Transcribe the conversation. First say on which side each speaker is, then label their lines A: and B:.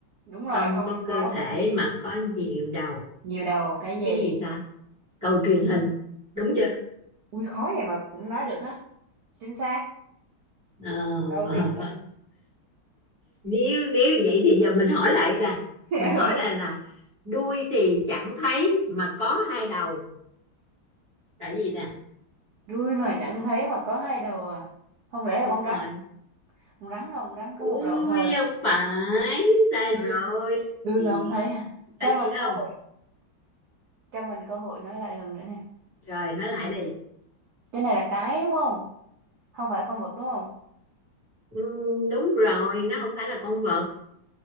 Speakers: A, on the right (about 85°); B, on the right (about 40°).
A: đúng rồi,
B: không
A: không
B: có cơ
A: có
B: thể
A: cơ thể.
B: mà có nhiều đầu
A: Nhiều đầu, cái gì?
B: cái gì ta cầu truyền hình đúng chưa
A: Ui, khó vậy mà cũng nói được á. Chính xác.
B: ờ,
A: Đầu
B: <laughs>
A: truyền hình.
B: ờ. nếu nếu vậy thì giờ mình hỏi lại nè
A: <laughs>
B: mình hỏi này là đuôi thì chẳng thấy mà có hai đầu là gì nè
A: đuôi mà chẳng thấy mà có hai đầu à không lẽ là
B: đúng
A: con rắn
B: rồi
A: con rắn đâu con rắn có
B: ui
A: một đầu thôi
B: không phải sai
A: đuôi
B: rồi
A: đuôi
B: gì
A: mà không thấy à
B: tại
A: cho mình
B: gì
A: cơ
B: không
A: hội cho mình cơ hội nói lại lần nữa nè
B: rồi nói
A: ừ.
B: lại đi
A: cái này là cái đúng không không phải con vật đúng không
B: Ừ, đúng rồi nó không phải là con vật